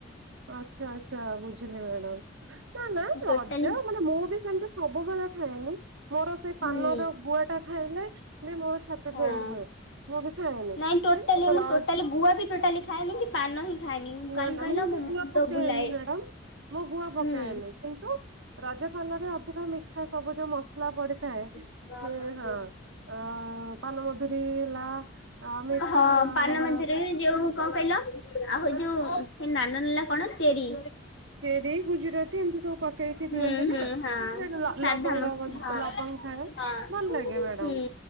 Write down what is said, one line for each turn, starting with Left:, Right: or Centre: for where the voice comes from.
Right: ଆଚ୍ଛା ଆଚ୍ଛା ବୁଝିଲି ମ୍ୟାଡାମ। ନା ନା ରଜ
Left: ଟୋଟାଲି
Right: ମାନେ ମୁଁ ବି ସେମିତି ସବୁବେଳେ ଖାଏନି। ମୋର ସେଇ
Left: ହୁଁ।
Right: ପାନର ଗୁଆଟା ଖାଇଲେ ବି ମୋର ଛାତି
Left: ହଁ
Right: ପେନ ହୁଏ। ମୁଁ ବି ଖାଏନି
Left: ନାଇଁ ଟୋଟାଲି
Right: କିନ୍ତୁ
Left: ମୁଁ
Right: ର
Left: ଟୋଟାଲି ଗୁଆ ବି ଟୋଟାଲି ଖାଏନି କି ପାନ ହିଁ ଖାଏନି।
Right: ନା
Left: କାହିଁକି
Right: ନା
Left: କହିଲ
Right: ମୁଁ ବି
Left: ମୋ ମୁଣ୍ଡ
Right: ଗୁଆ ପକାଏନି
Left: ବୁଲାଏ।
Right: ମ୍ୟାଡାମ। ମୁଁ ଗୁଆ ପକାଏନି
Left: ହୁଁ
Right: କି ରଜ ପାନରେ ଅଧିକ ମିଠା ସବୁ ଯୋଉ ମସଲା ପଡିଥାଏ।
Left: <inaudible>
Right: ସେ ହଁ ଅଁ ପାନମଧୁରୀ ହେଲା ଆଁ ମିଠା
Left: ହଁ
Right: ଆଁ
Left: ପାନ ମନ୍ଦିରରେ ଯୋଉ କଣ କହିଲ ଆଉ ହଉ ଯୁ ହେ ନାନା ନାଲା କଣ ଚେରି
Right: ଚେରି ଗୁଜୁରାତି ଏମିତି ସବୁ ପ ପକେଇକି
Left: ହୁଁ
Right: ଦିଅନ୍ତି
Left: ହୁଁ
Right: ନା ସେଟା
Left: ହଁ
Right: ଲ
Left: ସାଧା
Right: ଲବଙ୍ଗ
Left: ମସଲା
Right: ହ
Left: ହଁ
Right: ଲବଙ୍ଗ ଥାଏ
Left: ହଁ
Right: ଭଲ ଲାଗେ ମ୍ୟାଡମ।
Left: ହୁଁ